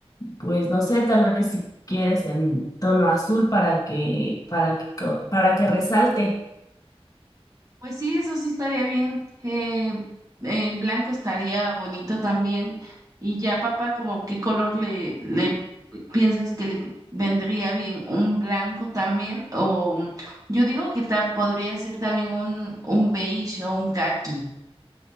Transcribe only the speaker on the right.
Pues sí, eso sí estaría bien. Eh, eh, blanco estaría bonito también. Y ya, papá, como qué color le, le piensas que le vendría bien, un blanco también, o yo digo que ta- podría ser también un, un beige o un caqui.